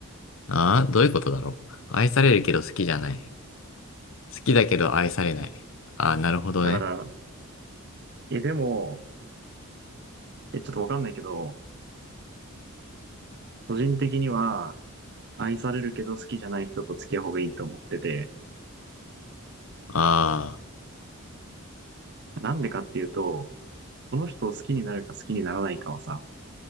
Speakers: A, on the left; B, on the right.
A: ああ、どういうことだろう。愛されるけど好きじゃない。好きだけど愛されない。ああ、なるほどね。
B: だから、え、でも、え、ちょっとわかんないけど、個人的には、愛されるけど好きじゃない人と付き合う方がいいと思ってて、
A: あ
B: なんでかっていうと、その人を好きになるか好きにならないかはさ、